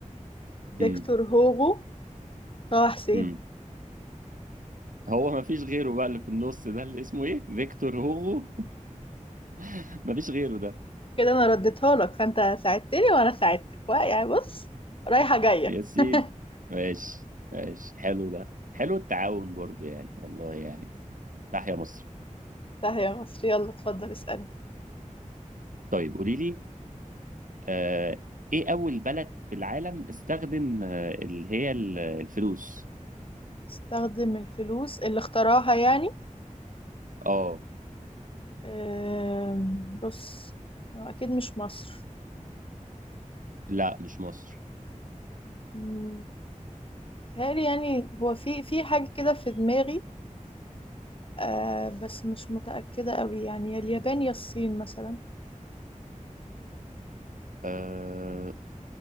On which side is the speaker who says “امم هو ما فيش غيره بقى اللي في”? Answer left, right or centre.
Right